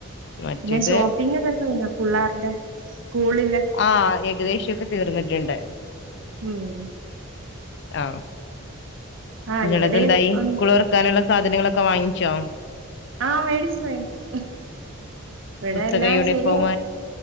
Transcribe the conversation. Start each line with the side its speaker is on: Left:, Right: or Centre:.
Left: മറ്റേത്
Right: പിന്നെ ഷോപ്പിംഗ് ഒക്കെ കഴിഞ്ഞോ പുള്ളാരുടെ സ്കൂളിലെ
Left: ആഹ് ഏകദേശൊക്കെ തീർന്നിട്ട്ണ്ട്
Right: ഉം
Left: ആഹ്
Right: ആഹ്
Left: ങ്ങളെതന്തായി
Right: ഇവിടെയും ഒന്ന്
Left: സ്കൂൾ തുറക്കാനുള്ള സാധനങ്ങളൊക്കെ വാങ്ങിച്ചോ?
Right: ആഹ് മേടിച്ചു മേടിച്ചു ഇവിടെ
Left: പുസ്തക
Right: എല്ലാം
Left: യൂണിഫോം
Right: ശരിയാ